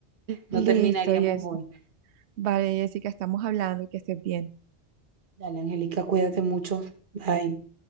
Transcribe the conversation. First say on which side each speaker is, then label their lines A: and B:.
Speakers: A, on the right; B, on the right.
A: no
B: Listo,
A: terminaríamos
B: Jessica.
A: hoy.
B: Vale, Jessica, estamos hablando, que estés bien.
A: Dale, Angélica, cuídate mucho. Bye.